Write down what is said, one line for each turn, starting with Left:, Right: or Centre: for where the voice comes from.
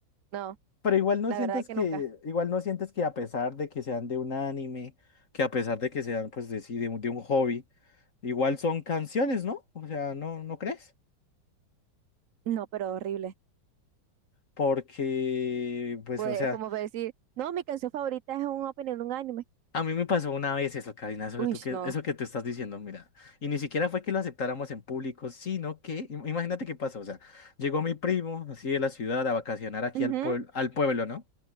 Right: no,
Left: Pero igual no
Right: la
Left: sientes
Right: verdad que
Left: que,
Right: nunca.
Left: igual no sientes que a pesar de que sean de un anime, que a pesar de que sean, pues, de, sí, de, un de un hobby, igual son canciones, ¿no? O sea, ¿no, no crees?
Right: No, pero horrible.
Left: Porque, pues,
Right: Podría-
Left: o sea,
Right: como para decir, no, mi canción favorita es un opening de un anime.
Left: a mí me pasó una vez eso, Karina, eso
Right: Uy,
Left: que tú, que,
Right: no.
Left: eso que tú estás diciendo, mira. Y ni siquiera fue que lo aceptáramos en público, sino que, im- imagínate qué pasó, o sea, llegó mi primo, así de la ciudad, a vacacionar aquí
Right: Ujú,
Left: al pueblo, al pueblo, ¿no?